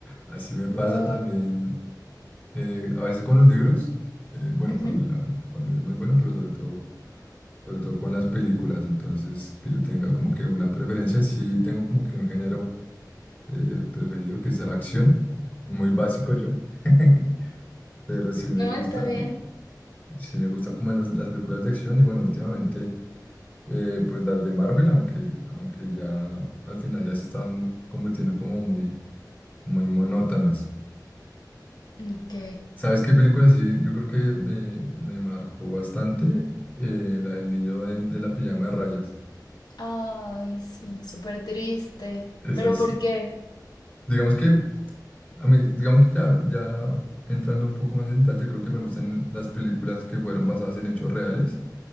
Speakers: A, on the left (about 20°); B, on the left (about 65°).
A: Así me
B: Guau.
A: pasa también Eh, a veces con los libros, eh, bueno,
B: Ujú.
A: cuando, la, cuando es muy bueno, pero sobre todo, sobre todo con las películas, entonces que yo tenga como que una preferencia, sí tengo como que un género eh, preferido que sea acción, muy básico yo, <laughs> pero sí me
B: No,
A: gusta,
B: está bien.
A: sí me gusta como las, las películas de acción y bueno, últimamente eh, pues las de Marvel, aunque, aunque ya al final ya se están convirtiendo como muy, muy monótonas.
B: Ok.
A: ¿Sabes qué película sí? Yo creo que me, me marcó bastante eh, la del niño de de, la pijama de rayas.
B: Ay, sí, súper triste.
A: Esa
B: ¿Pero
A: es,
B: por qué?
A: digamos que, a mí, digamos que ya, ya entrando un poco más en detalle, yo creo que me gustan las películas que fueron basadas en hechos reales,